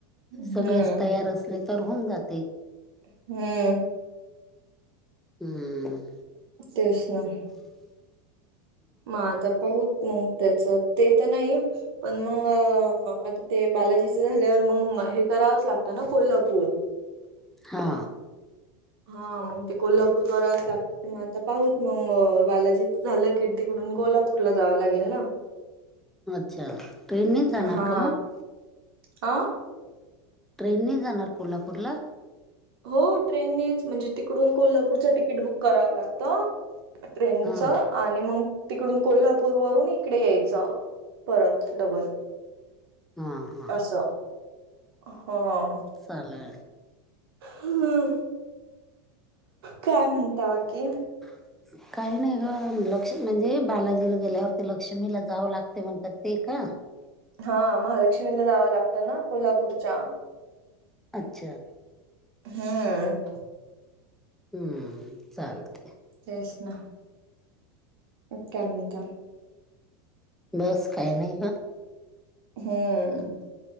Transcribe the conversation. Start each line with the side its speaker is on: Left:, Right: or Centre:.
Right: हम्म
Centre: सगळेच तयार असले तर होऊन जाते.
Right: हम्म.
Centre: हम्म.
Right: तेच ना.
Centre: अ.
Right: म आता पाहत मग त्याच ते तर नाही. पण मग आता ते बालाजीच झाल्यावर मग हे करावंच लागतं ना कोल्हापूर
Centre: हा.
Right: हा मग ते कोल्हापूर करावच लागत मग आता पाहत मग बालाजी झालं. कि तिकडून कोल्हापूर ला जावं लागेल ना.
Centre: अच्छा. ट्रेननेच जाणार
Right: हा
Centre: का मग
Right: अ.
Centre: ट्रेनने जाणार कोल्हापूरला
Right: हो ट्रेननेच म्हणजे तिकडून कोल्हापूरचं तिकीट बुक करावं लागतं. ट्रेनच
Centre: हा
Right: आणि मग तिकडून कोल्हापूर वरून एक इकडे यायचं परत डबल
Centre: हा हा
Right: अस. हा.
Centre: चाले.
Right: हम काय म्हणतावा की
Centre: ह्. काही नाही ग लक्ष् म्हणजे बालाजीला गेल्यावरती लक्ष्मीला जावं लागते म्हणतात ते का?
Right: हा महालक्ष्मीला जावं लागतं ना कोल्हापूरच्या
Centre: अच्छा.
Right: हम्.
Centre: हम्म चालते.
Right: तेसना अ कानंत
Centre: बस काय नाही का?
Right: हम्म.